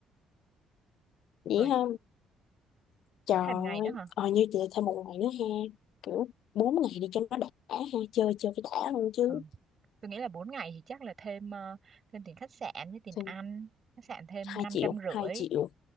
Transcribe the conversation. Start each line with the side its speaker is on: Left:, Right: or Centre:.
Left: vậy
Right: rồi
Left: ha Trời
Right: thêm ngày
Left: ơi,
Right: nữa hả
Left: ờ, như chị thêm một ngày nữa ha, kiểu 4 ngày đi cho nó đã ha, chơi chơi phải đã luôn chứ.
Right: ừ tôi nghĩ là 4 ngày thì chắc là thêm ờ, thêm tiền khách sạn với tiền
Left: Xong,
Right: ăn khách sạn thêm
Left: 2
Right: năm
Left: triệu,
Right: trăm rưỡi
Left: 2 triệu,